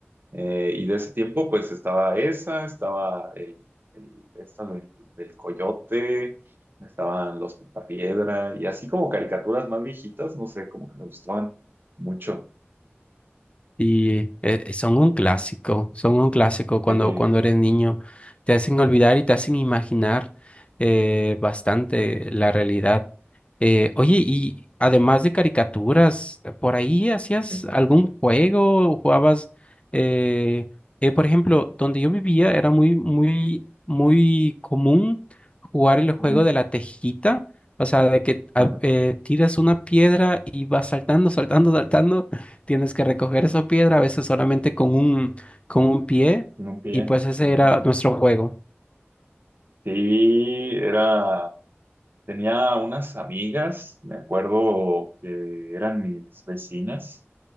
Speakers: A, on the right (about 50°); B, on the left (about 25°).
A: Eh, y de ese tiempo, pues estaba esa, estaba el, el- esta de- del coyote, estaban los Picapiedra, y así como caricaturas más viejitas, no sé, como que me gustaban mucho.
B: Y eh, eh, son un clásico,
A: Ujú.
B: son un clásico cuando,
A: Sí,
B: cuando eres niño. Te hacen olvidar y te hacen imaginar eh, bastante la realidad. Eh, oye, y además de caricaturas, ¿por ahí hacías
A: ujú,
B: algún juego? ¿Jugabas? eh, eh, por ejemplo, donde yo vivía era muy, muy, muy común jugar el juego
A: ujú.
B: de la tejita. O sea, de que ah,
A: Ajá,
B: eh, tiras una piedra y vas saltando, saltando, saltando Tienes que recoger esa piedra, a veces solamente con un, con un pie,
A: Con un pie.
B: y pues ese
A: Ujú.
B: era nuestro juego.
A: Sí, era, tenía unas amigas, me acuerdo que eran mis vecinas,